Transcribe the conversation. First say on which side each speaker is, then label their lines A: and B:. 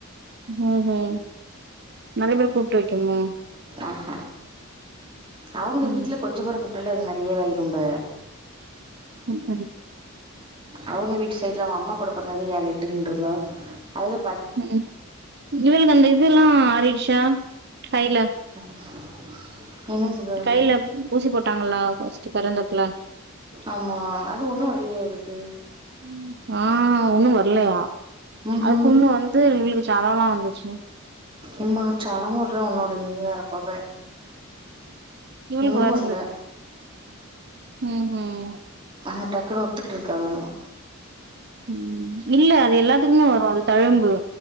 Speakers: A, on the right (about 50°); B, on the right (about 25°).
A: ம் ம் நெரைய பேர்ர கூப்டு வெக்கனுமா
B: ஆஹ அவுங்க
A: ம்
B: வீட்லயே கொஞ்ச பேர கூப்டாலே அது நெறைய ஆயிருங்க
A: ம் ம்
B: அவுங்க வீட் சைட்ல அவ அம்மா கூட பொறந்த வீடு அந்த ஏழு எட்டுன்னு இருந்ததுல அவுங்கப்
A: ம் இவுங்களுக் அந்த இதுவ்ல்லா ஆறிடுச்சா கையில
B: <inaudible> ஜீவா
A: கையில ஊசி போட்டாங்களா பஸ்ட் பொறந்தப்புல
B: ஆமா அது ஒண்ணு இல்லேயே இவளுக்கு
A: ம் ஆ ஒன்னும் வரலயா
B: ம்ஹும்
A: அது பொண்ணு வந்து <unintelligible> வீடு சடனா வந்துச்சி
B: இம்மா <unintelligible> ஒன்னுட நீ வேற <unintelligible>
A: இவ்ளுக்கு
B: ஒன்னு
A: வருது
B: வரல
A: ம் ம்
B: ஆஹ டக்குனு ஒத்துட்டு இருக்கா வேணுமே
A: ம் இல்ல அது எல்லாத்துக்குமே வரும் அது தழும்பு